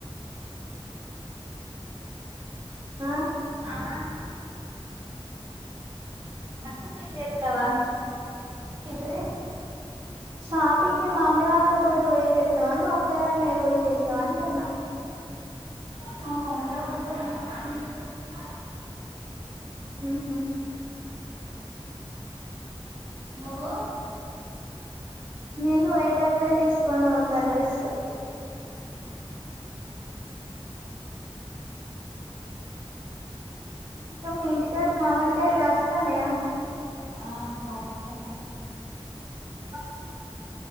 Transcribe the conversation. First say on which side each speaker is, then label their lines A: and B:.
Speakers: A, on the right; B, on the right.
A: అ
B: ఆ
A: అన్ని చేస్తావా
B: ఇప్పుడే
A: షాపింగ్ మీ మమ్మీ వాళ్లతోటి పోయి చేస్తావా నువ్వు ఒక్కదానివే పోయి చేస్తావా అంటన్నా
B: మా <unintelligible>
A: ఊహు
B: నువ్వు
A: నేను పోయేటప్పుడే తీసుకొని పోతా డ్రెస్ ఇకా మీ ఇంటికాడ మామిడికాయలు కాస్త నాయ
B: ఆ కాపుతనే
A: అ